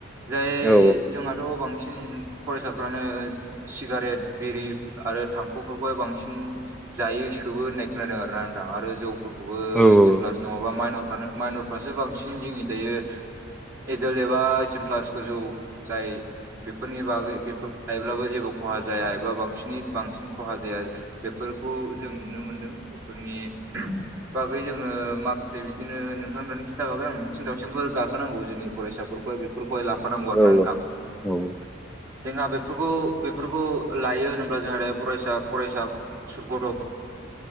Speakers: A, on the right; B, in the centre.
A: जाय
B: औ
A: जोंहाथ' बांसिन फरायसाफ्रानो सिगारेट बिरि आरो थांखुफोरखौहाय बांसिन जायो सोबो होननाय खोनादों आर ना नोंथां आरो जौखौ बो
B: औ
A: ओइटिन
B: औ
A: प्लास नङाबा मानरफ्रानो माइनरफ्रासो बांसिन जोंनि दायो एदल एबा ओइटिन प्लास गोजौ जाय बेफोरनि बागै बे लायोब्लाबो जेबो खहा जाया एबा बांसिन बांसिनै बांसिन खहा जाया बेफोरखौ जों नुनो मोनदों बेफोरनि बा बेै जोङो माखासे बिदिनो नोंथांमोननानै खिन्थाबाय आङो मिथिं दावसिंफोर गाहोनांगौ जोंनि फरायसाफोरखौ बेफोरखौ ला फानांगौ आरो ना
B: औ
A: नोंथां
B: औ
A: जोंहा बेफोरखौ बेफोरखौ लायो होन जाहथे फरायसा फरायसा गथ'